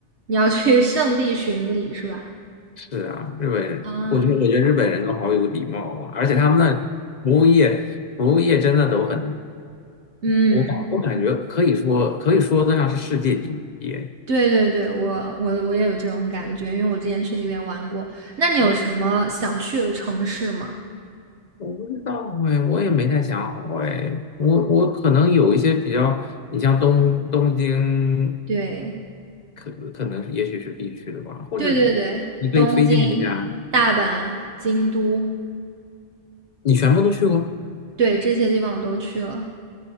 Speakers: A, on the right (about 70°); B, on the left (about 50°).
A: 你要去圣地巡礼是吧？
B: 是啊，日本，
A: 啊，
B: 我觉得我觉得日本人都好有礼貌啊，而且他们那服务业服务业真的都很。
A: 嗯，
B: 我感我感觉可以说可以说得上是世界第一。
A: 对对对，我我我也有这种感觉，因为我之前去那边玩过。那你有什么想去的城市吗？
B: 哦，我不知道哎，我也没太想好哎。我我可能有一些比较，你像东东京，
A: 对
B: 可可能也许是必去的吧，或者
A: 对对对，
B: 你可以推荐一下。
A: 东京、大阪、京都，
B: 你全部都去过？
A: 对，这些地方我都去了。